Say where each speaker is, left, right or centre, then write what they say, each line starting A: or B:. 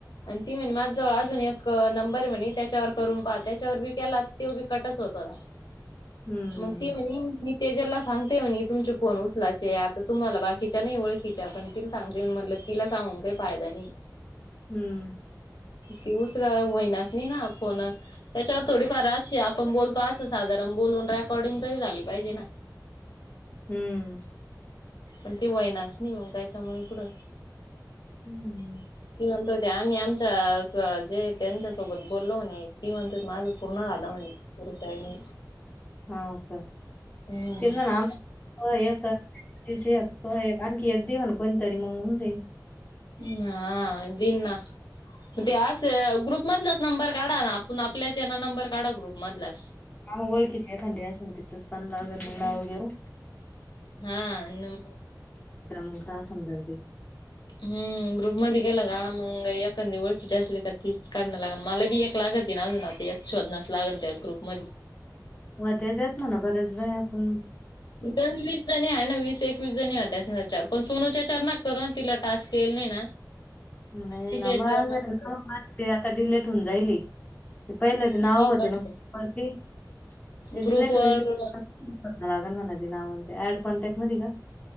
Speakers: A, on the left; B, on the left.
A: आणि ती म्हणे माझ्या जवळ अजून एक नंबर आहे म्हणे त्याच्यावर करून पहा त्याच्यावर बी केला तो बी कटच होत होता.
B: हम्म.
A: <inaudible> मग ती म्हणे मी तेजलला सांगते म्हणे तुमचे फोन उचलाचे आता तुम्हाला बाकी तिचा नाही ओळखिचा पण तिला सांगते म्हटलं तिला सांगून काही फायदा नाही.
B: हम्म
A: त उचल होईलाच नाइ ना फोन त्याच्यावर थोडी फार अशी आपण बोलतो असं साधारण बोलून रेकॉर्डिंग तरी झाली पाहिजे ना.
B: हम्म
A: पण ते होईनाच नाही मग त्याच्यामुळे इकडं
B: हम्म
A: <inaudible> ती म्हणत होते आम्ही आमच्या जे त्यांच्या सोबत बोललो म्हणे ती म्हणत होती माझं पूर्ण झालं म्हणे. तरी काय बी
B: हाव का
A: हम्म
B: ती म्हणाव तु हे कर तिच एक तो एक आणखी एक दे म्हण कोणतरी मग होऊन जाईन
A: हा देईन ना ते अस ग्रुप मधलाच नंबर काढा आपण आपल्याच यांना नंबर काढा ग्रुपमधलाच
B: ह मग ओळखीची एखादी असेल तिथच पण लागेल
A: हम्म.
B: मग नाव घेऊ
A: हा नं
B: त मग ता समजल ते
A: हम ग्रुप मध्ये गेला का मग एखादी ओळखीचे असली का तीच काढणं लागल मला बी एक लागत अजून आता एक शोधनास लागल त्या ग्रुप मध्ये
B: व्हतय त्यात म्हणा ना बरेच बाय आपण
A: <unintelligible> जणी आहे ना वीस एकवीस जणी होत्या चार पण सोनूच्या चार ना करू तिला टास्क येल नाही ना.
B: नाही
A: तिच्या
B: ना
A: याच्यावर
B: माझ
A: नका
B: <unintelligible>
A: करू
B: माझ आता डिलेट होऊन जाईली. ते पहिले ते
A: मी
B: नाव होते
A: पाठवते
B: खूप वरती ते
A: ग्रुप
B: डीलेट
A: वर
B: वईल. मला अजून म्हणती नाव ते ऍड कॉन्टॅक्ट मध्ये आहे का?